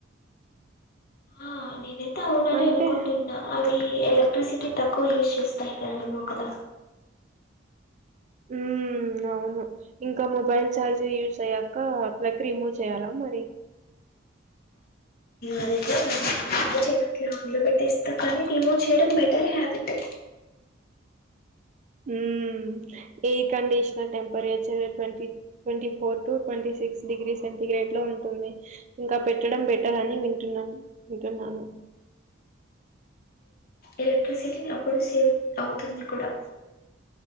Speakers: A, on the left (about 50°); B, on the right (about 40°).
A: ఆ నేనైతే అవునని
B: అంటే
A: అనుకుంటున్నా అవి ఎలక్ట్రిసిటీ తక్కువ యుస్ చేస్తాయి కద అన్నావు కద
B: మ్ అవును ఇంకా మొబైల్ ఛార్జర్ యూజ్ అయ్యాక ప్లగ్ రిమూవ్ చేయాలా మరి
A: అదైతే ఆన్లో పెట్టేస్తా కానీ రిమూవ్ చేయడం బెటర్ హ్యాబిట్
B: మ్ air conditioner temperature twenty twenty four to twenty six degree centigrade లో ఉంటుంది ఇంకా పెట్టడం బెటర్ అని వింటున్నా వింటున్నాను
A: ఎలక్ట్రిసిటీ అప్పుడు సేవ్ అవుతుంది కూడా